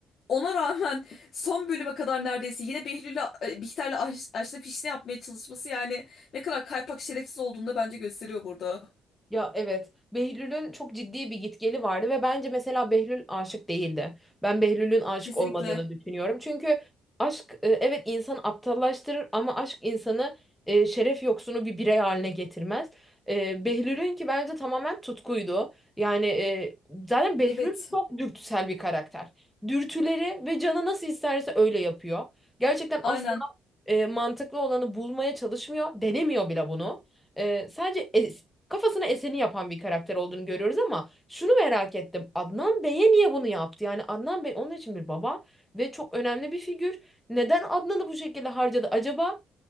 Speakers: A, on the left; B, in the centre.
A: ona rağmen son bölüme kadar neredeyse yine Behlül'le e, Bihter'le aş- aşna fişne yapmaya çalışması yani ne kadar kaypak şerefsiz olduğunu da bence gösteriyor burada.
B: Ya evet. Behlül'ün çok ciddi bir gitgeli vardı ve bence mesela Behlül aşık değildi. Ben Behlül'ün aşık
A: Kesinlikle.
B: olmadığını düşünüyorum. Çünkü aşk e, evet insan aptallaştırır ama aşk insanı e, şeref yoksunu bir birey haline getirmez. E, Behlül'ün ki bence tamamen tutkuydu. Yani e, zaten Behlül
A: Evet.
B: çok dürtüsel bir karakter. Dürtüleri ve canı nasıl isterse öyle yapıyor. Gerçekten
A: Aynen.
B: asla e, mantıklı olanı bulmaya çalışmıyor. Denemiyor bile bunu. E, sadece es- kafasına eseni yapan bir karakter olduğunu görüyoruz ama şunu merak ettim. Adnan Bey'e niye bunu yaptı? Yani Adnan Bey onun için bir baba ve çok önemli bir figür. Neden Adnan'ı bu şekilde harcadı acaba?